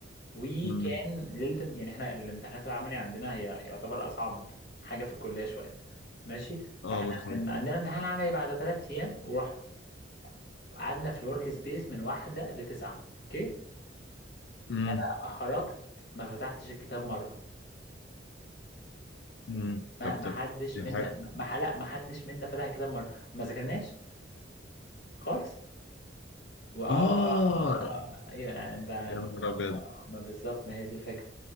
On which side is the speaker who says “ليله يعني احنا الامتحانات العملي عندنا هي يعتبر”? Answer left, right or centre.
Left